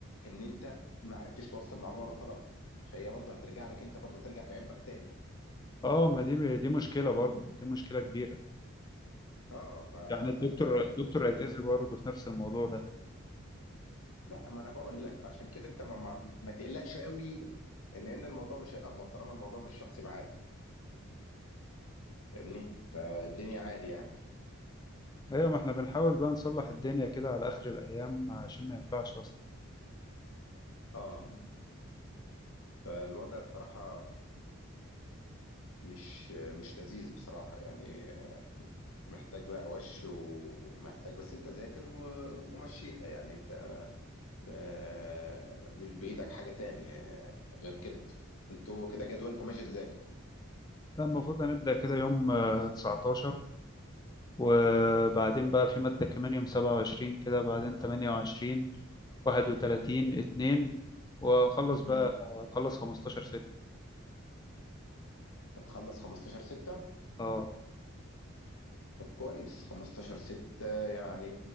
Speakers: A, on the left (about 80°); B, on the left (about 20°).
A: ان انت ما عرفتش توصل معلومة للطلب فهي برضه هترجع لك انت برضه ترجع في عبك تاني
B: اه ما دي دي مشكلة برضه دي مشكلة كبيرة
A: اه ف-
B: يعني الدكتور
A: فانت الحتة
B: الدكتور
A: دي
B: هيتأذي برضه في نفس الموضوع ده
A: لا ما انا بقول لك فعشان كده انت ما, ما, ما تقلقش قوي ان ان الموضوع مش هيأفور طالما الموضوع مش شخصي معاك فاهمني فالدنيا عادي يعني
B: أيوة ما احنا بنحاول بقى نصلح الدنيا كده على آخر الأيام عشان ما ينفعش أصلا
A: اه فالوضع بصراحة مش مش لذيذ بصراحة يعني محتاج بقى وش ومحتاج بس انت ذاكر و- ومشيها يعني انت آه، مش بإيدك حاجة تانية غير كده انتوا كده جدولكم ماشي ازاي؟
B: لا المفروض هنبدأ كده يوم آه، 19 وبعدين بقى في مادة كمان يوم سبعة وعشرين كده بعدين تمانية وعشرين واحد وتلاتين اتنين ونخلص بقى
A: مم.
B: نخلص خمستاشر ستة
A: هتخلص 15 6
B: اه
A: طب كويس 15 6 يعني